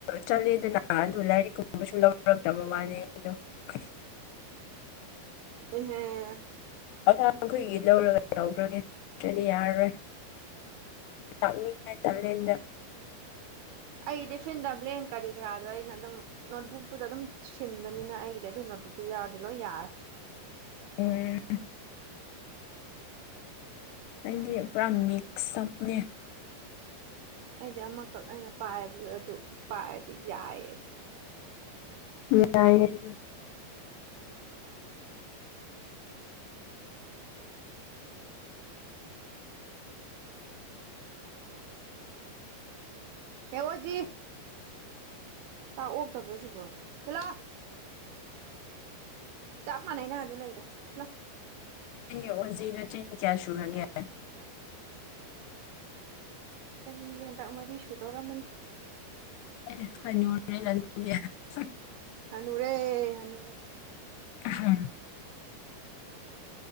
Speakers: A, on the left; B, on the right.
A: ꯆꯠꯂꯦꯗꯅ ꯑꯗꯨ ꯂꯥꯏꯔꯤꯛ ꯀꯨꯝꯕ ꯁꯨꯝ ꯂꯧꯔꯛꯇꯕ ꯋꯥꯅꯤ ꯑꯩꯗꯣ <inaudible> <unintelligible>
B: ꯍ <inaudible> <unintelligible>
A: ꯑꯉꯥꯡꯈꯣꯏꯒꯤ ꯂꯧꯔꯒ ꯇꯧꯈ꯭ꯔꯒꯦ ꯅꯠꯇ꯭ꯔꯗꯤ ꯌꯥꯔꯔꯣꯏ ꯂꯥꯛꯅꯤꯡꯉꯥꯏ ꯀꯥꯂꯦꯟꯗ
B: ꯑꯩꯒꯤꯗꯤ ꯐꯤꯟꯗ ꯕ꯭ꯂꯦꯡ ꯀꯔꯤ ꯀꯔꯥꯗꯣ ꯑꯩꯅ ꯑꯗꯨꯝ ꯅꯣꯠꯕꯨꯛꯇꯨꯗ ꯑꯗꯨꯝ ꯁꯤꯟꯕꯅꯤꯅ ꯑꯩꯒꯤꯗꯤ ꯑꯗꯨ ꯅꯣꯠ ꯇꯨ ꯌꯥꯗꯤ ꯂꯣꯏ ꯌꯔꯤ
A: ꯑꯣꯝ ꯑꯩꯗꯤ ꯄꯨꯔꯥ ꯃꯤꯛꯁꯞꯅꯦ
B: ꯑꯩꯗꯤ ꯑꯃꯈꯛ ꯑꯩꯅ ꯄꯥꯏꯕꯗ ꯑꯗꯨ ꯄꯥꯏꯔꯗꯤ ꯌꯥꯏꯑꯕ
A: ꯌꯥꯏ ꯌꯥꯏ
B: ꯍꯦ ꯑꯣꯖꯤ ꯆꯥꯛ ꯑꯣꯛꯇꯕ꯭ꯔꯥ ꯁꯤꯕ꯭ꯔꯣ ꯍꯂꯥ ꯆꯞ ꯃꯥꯟꯅꯩꯅ ꯑꯗꯨ ꯂꯩꯗ ꯁꯤꯂ
A: ꯑꯣꯖꯤꯔꯣꯇꯤꯟ ꯀꯌꯥꯁꯨꯨꯔꯒꯌꯥ
B: ꯆꯍꯤ ꯍꯟꯗꯛ ꯃꯔꯤ ꯁꯨꯗꯣꯔꯃꯅꯤ
A: ꯑꯦ ꯍꯣꯣꯔ ꯅꯌꯥ <inaudible> <unintelligible>
B: ꯍꯅꯨꯨꯔꯦ ꯍꯅꯨꯔꯨꯔꯦ
A: ꯍꯥꯝ